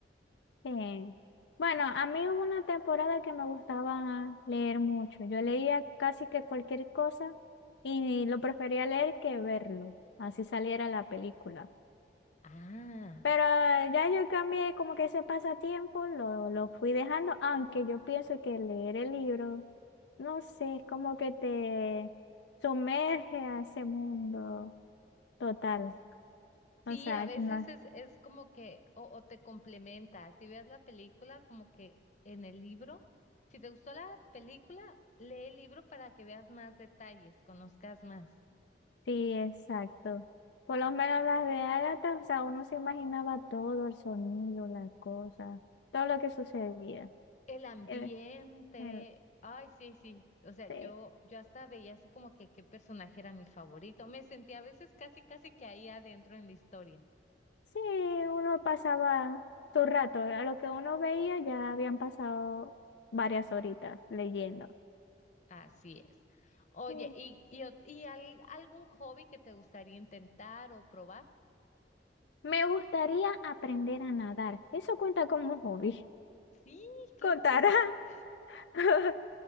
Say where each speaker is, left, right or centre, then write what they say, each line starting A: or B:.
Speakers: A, on the left; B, on the left.
A: Sí. Bueno, a mí hubo una temporada que me gustaba leer mucho. Yo leía casi que cualquier cosa y lo prefería leer que verlo, así saliera la película.
B: Ah,
A: Pero eh, ya yo cambié como que ese pasatiempo, lo, lo fui dejando, aunque yo pienso que leer el libro, no sé, es como que te sumerge a ese mundo total.
B: sí,
A: O sea,
B: a veces
A: no,
B: es, es como que, o, o te complementa. Si ves la película, como que en el libro, si te gustó la película, lee el libro para que veas más detalles, conozcas más.
A: Sí, exacto. Por lo menos las de Agatha, o sea, uno se imaginaba todo, el sonido, la cosa, todo lo que sucedía.
B: El ambiente,
A: El- el-
B: ay, sí, sí, o sea,
A: sí,
B: yo, yo hasta veía así como que qué personaje era mi favorito, me sentía a veces casi, casi que ahí adentro en la historia,
A: sí, uno pasaba su rato, a lo que uno veía ya habían pasado varias horitas leyendo.
B: así es. Oye,
A: Sí.
B: ¿y, y, o- y al- algún hobby que te gustaría intentar o probar?
A: Me gustaría aprender a nadar. Eso cuenta como hobby.
B: Sí, claro
A: ¿Contará?
B: que sí.
A: <laughs>